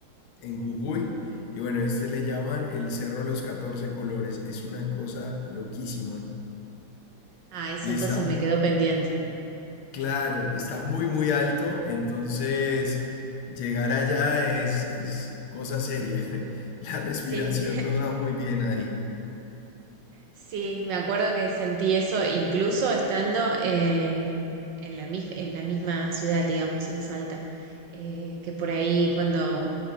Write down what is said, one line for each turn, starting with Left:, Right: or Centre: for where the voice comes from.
Left: en Jujuy. Y bueno, este le llaman el cerro de los 14 colores. Es una cosa loquísima.
Right: Ah, eso
Left: Y
Right: entonces
Left: está,
Right: me quedó pendiente.
Left: Claro, está muy, muy alto, entonces llegar allá es, es cosa seria. <laughs> La respiración
Right: Sí,
Left: no da muy bien ahí.
Right: Sí, me acuerdo que sentí eso incluso estando eh, en la mis- en la misma ciudad, digamos, en Salta, eh, que por ahí cuando